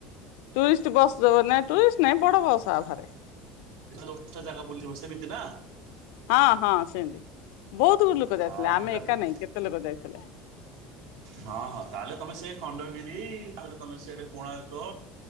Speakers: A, on the left; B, on the right.
A: ଟୁରିଷ୍ଟ ବସ୍ ଯୋଉ ନାଇ ଟୁରିଷ୍ଟ ନାଇଁ ବଡ ବସ ଆରେ।
B: <unintelligible> ସେମିତି ନା।
A: ହଁ ହଁ ସେମତି ବହୁତ ଗୁରା ଲୋକ ଯାଇଥିଲେ
B: ହଁ
A: ଆମେ
B: ସେଇଟା
A: ଏକା
B: ବୁ-
A: ନାହିଁ କେତେ ଲୋକ ଯାଇଥିଲେ।
B: ହଁ ହଁ ତାହେଲେ ତମେ ସେ ଖଣ୍ଡଗିରି ତାପ ତମେ ସେଆଡେ କୋଣାର୍କ